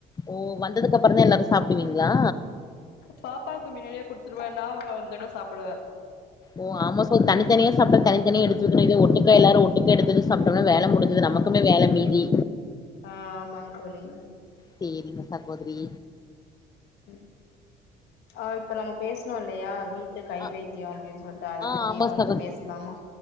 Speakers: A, on the left (about 25°); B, on the left (about 75°).
A: ஓ வந்ததுக்கப்றோ தா எல்லாரு சாப்டுவீங்ளா
B: பாப்பாவுக்கு மின்னாடியே குடுத்துருவ நா அவங்க வந்தோனே சாப்புடுவ
A: ஓ ஆமா சொ தனி தனியா சாப்டா தனி தனியா எடுத்து வெக்கனு இத ஒட்டுக்க எல்லாரு ஒட்டுக்க எடுத்வெச் சாப்ட்டோனா வேல மு முஞ்சது நமக்குமே வேல மீதி
B: ஆ ஆமாங்க தோழி
A: சேரிங்க சகோதிரி
B: ம் ஆ இப்ப நம்ம பேசணோ இல்லையா வீ ட்டு கை
A: ஆ
B: வைத்தியோ அப்டின்னு சொல்ட்டு அத
A: ஆ
B: பத்தியே
A: ஆமா
B: இப்போ
A: சகோதரி
B: வந்து பேசலாமா